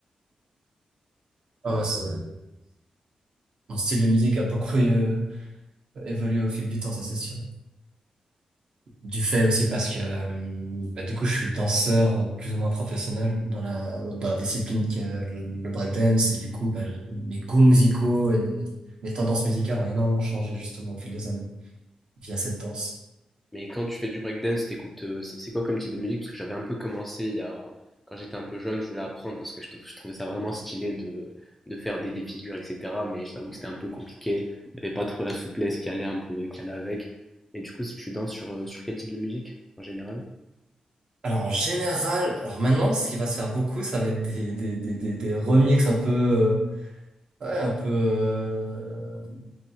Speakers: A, on the right; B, in the centre.
A: Ah ouais, c'est- mon style de musique a beaucoup euh, évolué au fil du temps, ça c'est sûr. Du fait aussi parce que euh, bah, du coup je suis danseur euh, plus ou moins professionnel dans la dans la discipline qui est le breakdance et du coup bah, mes goûts musicaux et mes tendances musicales ont énormément changé justement au fil des années via cette danse.
B: Mais quand tu fais du breakdance, t'écoutes, euh, c'est c'est quoi comme type de musique? Parce que j'avais un peu commencé il y a... quand j'étais un peu jeune, je voulais apprendre parce que je, trou- je trouvais ça vraiment stylé de, de faire des, des figures, etc. Mais je t'avoue que c'était un peu compliqué. Il n'y avait pas trop la souplesse qui allait un peu, qui allait avec. Et du coup, si tu danses sur, euh, sur quel type de musique en général?
A: Alors en général, alors maintenant ce qui va se faire beaucoup ça va être des des des des, des remixes un peu euh, ouais un peu euh,